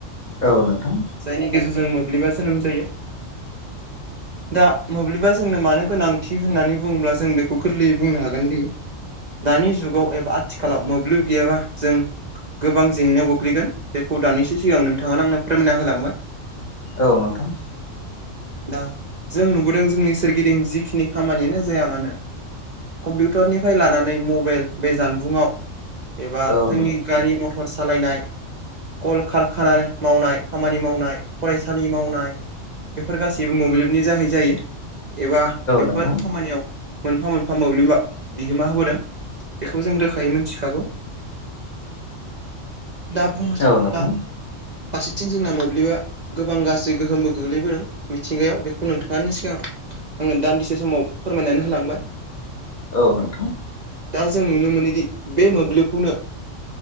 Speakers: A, on the left; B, on the right.
A: औ नोंथां
B: जायनि गेजेरजों मोब्लिबा जोनोम जायो। दा मोब्लिबा जोंनो मानो गोनांथि होननानै बुङोब्ला जों बेखौ गोरलैयै बुंनो हागोन दि दानि जुगाव एबा आथिखालाव मोब्लिब गैयाबा जों गोबां जेंनायाव गोग्लैगोन बेखौ दानिसो सिगां नोंथाङानो आंनो फोरमायना होलांबाय।
A: औ नोंथां
B: दा जों नुबोदों जोंनि सोरगिदिं जिखिनि खामानियानो जाया मानो कम्पिउटारनिफ्राय लानानै मबाइल बे जानबुंआव एबा
A: औ नोंथां औ
B: जोंनि गारि मथर थर सालायनाय कल खारखाना मावनाय खामानि मावनाय फरायसालि मावनाय। बेफोर गासैबो मोब्लिबनि जाहै जायो। एबा बेफोर
A: नोंथां
B: खामानियाव मोनफा मोनफा मोब्लिबा बिहोमा होबोदों बेखौ जों रोखायै मिथिखागौ। दा बुंनो
A: औ
B: थाङोब्ला
A: नोंथां
B: फारसेथिं जोंना मोब्लिबा गोबां गाज्रि गोहोमबो गोग्लैबोदों मिथिंगायाव बेखौ नोंथांनि सिगांआव आङो दान्दिसे समाव फोरमायनानै होलांबाय।
A: औ नोंथां
B: दा जों नुनो मोनोदि बे मोब्लिबखौनो